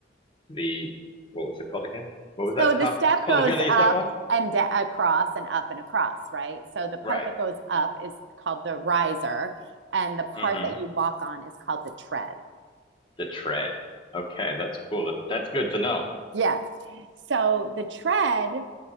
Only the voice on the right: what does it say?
So the
step
goes
up
and da- across and up and across, right? So the part
that goes up is called the riser, and the part
that you walk on is called the tread.
Yeah. So the tread